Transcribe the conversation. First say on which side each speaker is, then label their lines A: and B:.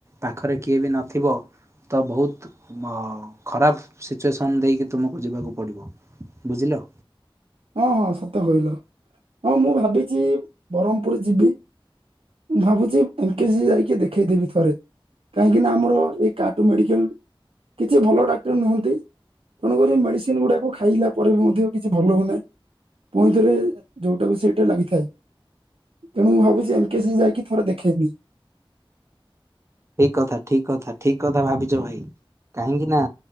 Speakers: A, on the right; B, on the right.
A: ପାଖରେ କିଏ ବି ନଥିବ ତ ବହୁତ ଅ ଖରାପ ସିଚୁଏସନ୍ ଦେଇକି ତୁମ କୁ ଯିବାକୁ ପଡ଼ିବ ବୁଝିଲ!
B: ହଁ ହଁ ସତ କହିଲ ହଁ ମୁଁ ଭାବିଛି ବ୍ରହ୍ମପୁର ଯିବି ମୁଁ ଭାବୁଛି ଏମକେଜି ଯାଇକି ଦେଖେଇଦେବି ଥରେ। କାହିଁକି ନା ଆମର ଏଇ କାଟୁ ମେଡିକାଲ କିଛି ଭଲ ଡାକ୍ଟର ନୁହଁନ୍ତି ତେଣୁକରି ମେଡିସିନ ଗୁଡାକୁ ଖାଇଲା ପରେ ବି ମଧ୍ୟ କିଛି ଭଲ ହଉନାହିଁ। ପୁଇଁଥରେ ଯୋଉଁଟା ବି ସେଇଟା ଲାଗିଥାଏ। ତେଣୁ ମୁଁ ଭାବୁଛି ଏମକସି ଯାଇକି ଥର ଦେଖେଇମି।
A: ଠିକ କଥା ଠିକ କଥା ଠିକ କଥା ଭାବିଛ ଭାଇ। କାହିଁକି ନା